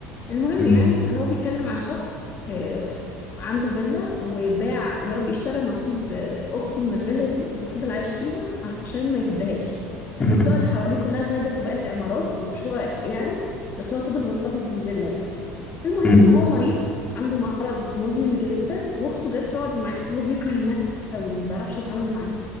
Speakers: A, on the left (about 40°); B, on the left (about 20°).
A: المهم
B: أمم،
A: يعني هو بيتكلم عن شخص آه، عنده فيلا وباع يا رب اشترى نصيب آه، اخته من الفيلا دي وفضل عايش فيها عشان ما يهدهاش المنطقة
B: أمم،
A: اللي حواليه كلها اتهدت وبقت عمارات وشقق يعني بس هو فضل محتفظ بالفيلا يعني المهم
B: أمم.
A: هو مريض عنده مرض مزمن جدا واخته جت تقعد معاه بس هو بيكره الناس قوي ما بيعرفش يتعامل معاهم